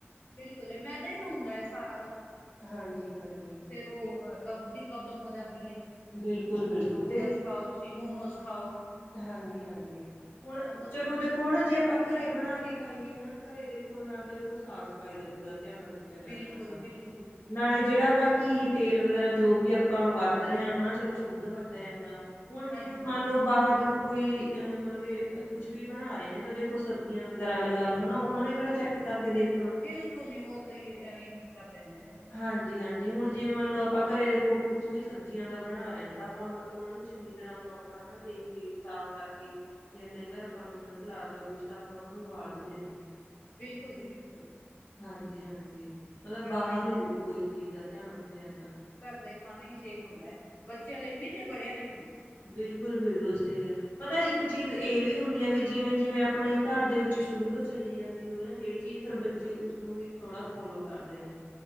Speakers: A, on the left; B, on the left.
A: ਬਿਲਕੁਲ, ਮੈਦਾ ਈ ਤਾਂ ਹੁੰਦਾ ਸਾਰਾ ਤਾ।
B: ਹਾਂਜੀ-ਹਾਂਜੀ
A: ਫਿਰ ਉਹ
B: ਬਿਲਕੁਲ-ਬਿਲਕੁਲ
A: ਕਬਜ਼ ਦੀ ਪ੍ਰੌਬਲਮ ਹੋ ਜਾਂਦੀ ਐ,
B: ਤੇ ਬਿਲਕੁਲ ਬਿਲਕੁਲ
A: ਨੂਡਲਜ਼ ਖਾਓ ਤੁਸੀ। ਮੋਮੋਜ਼ ਖਾਓ।
B: ਹਾਂਜੀ- ਹਾਂਜੀ, ਹੁਣ
A: ਮੋਮੋਸ
B: ਚਲੋ ਓਹਦੇ ਕੋਲ਼ ਨਾ ਜੇ ਆਪਾਂ ਘਰੇ ਬਣਾ ਕੇ ਖਾਈਏ ਹਨਾ, ਘਰੇ ਦੇਖੋ ਨਾਲੇ ਤਾਂ ਦੇਖੋ ਸਾਫ਼ ਸਫ਼ਾਈ ਦਾ ਪੂਰਾ ਧਿਆਨ ਰੱਖ ਕਿਹਾ ਜਾ
A: ਬਿਲਕੁਲ
B: ਸਕਦਾ।
A: ਬਿਲਕੁਲ
B: ਨਾਲੇ ਜਿਹੜਾ ਆਪਾਂ ਘੀ, ਤੇਲ ਵਗੈਰਾ ਜੋ ਵੀ ਆਪਾਂ ਵਰਤ ਰਹੇ ਹਾਂ, ਹਨਾ ਚਲੋ ਸ਼ੁੱਧ ਵਰਤਿਆ ਜਾ ਜਾਂਦਾ ਹੁਣ
A: ਹਾਂਜੀ
B: ਜਿਵੇਂ ਮੰਨ ਲਓ, ਬਾਹਰ ਦੇਖੋ ਕੋਈ ਮਤਲਬ ਕਿ ਕੁਛ ਵੀ ਬਣਾ ਰਹੇ ਨੇ, ਤਾਂ ਦੇਖੋ ਸਬਜ਼ੀਆਂ ਵਗੈਰਾ ਵਗੈਰਾ ਲਗਾ ਲੋ ਨਾ, ਉਹਨਾਂ ਨੇ ਕਿਹੜਾ ਚੈੱਕ ਕਰਕੇ ਦੇਖ
A: ਬਿਲਕੁਲ ਨੀ, ਉਹ ਤੋਂ ਹੀ ਐਵੇਂ ਹੀ ਕਰ ਦਿੰਦੇ ਨੇ। ਬਸ
B: ਹਾਂਜੀ- ਹਾਂਜੀ, ਹੁਣ ਜਿਵੇਂ ਮੰਨ ਲਓ, ਆਪਾਂ ਘਰੇ ਦੇਖੋ ਕੁਛ ਵੀ ਸਬਜ਼ੀਆਂ ਦਾ ਬਣਾ ਰਹੇ ਹਾਂ, ਤਾਂ ਆਪਾਂ ਮਤਲਬ ਉਹਨਾਂ ਨੂੰ ਚੰਗੀ ਤਰ੍ਹਾਂ ਪ੍ਰੋਪਰ ਹਨਾ ਦੇਖ ਕੇ, ਸਾਫ਼ ਕਰਕੇ ਯਾ ਕਈ ਵਾਰ ਆਪਾਂ ਨੂੰ ਉਹਨਾ 'ਚ ਲਾਤਾਂ ਕੁਛ, ਤਾਂ ਆਪਾਂ ਉਹਨਾਂ ਨੂੰ ਉਬਾਲ ਵੀ ਲੈਂਦੇ ਹਾਂ।
A: ਬਿਲਕੁਲ ਜੀ, ਬਿਲਕੁਲ।
B: ਹਾਂਜੀ- ਹਾਂਜੀ। ਮਤਲਬ
A: ਘਰ
B: ਬਾਹਰ
A: ਦਾ ਹੀ
B: ਨੀ, ਦੇਖੋ ਇਸ ਚੀਜ਼ ਦਾ ਧਿਆਨ ਰੱਖਿਆ ਜਾਂਦਾ।
A: ਘਰ ਦਾ ਹੀ ਖਾਣਾ ਹੀ ਸੇਫ ਹੁੰਦਾ ਹੈ, ਬੱਚਿਆਂ ਲਈ ਵੀ ਤੇ ਵੜਿਆ ਲਈ ਵੀ।
B: ਬਿਲਕੁਲ, ਬਿਲਕੁਲ ਸਹੀ ਗੱਲ। ਪਤਾ, ਇੱਕ ਚੀਜ਼ ਇਹ ਵੀ ਹੁੰਦੀ ਆ, ਵੀ ਜਿਵੇਂ -ਜਿਵੇਂ ਆਪਣੇ ਘਰ ਦੇ ਵਿੱਚ ਸ਼ੁਰੂ ਤੋਂ ਚੱਲੀ ਜਾਂਦੀ ਹੋਵੇ ਨਾ, ਜਿਹੜੀ ਇਹ ਫਿਰ ਬੱਚੇ ਉਸਨੂੰ ਵੀ ਥੋੜਾ ਫੋਲੋ ਕਰਦੇ ਨੇ।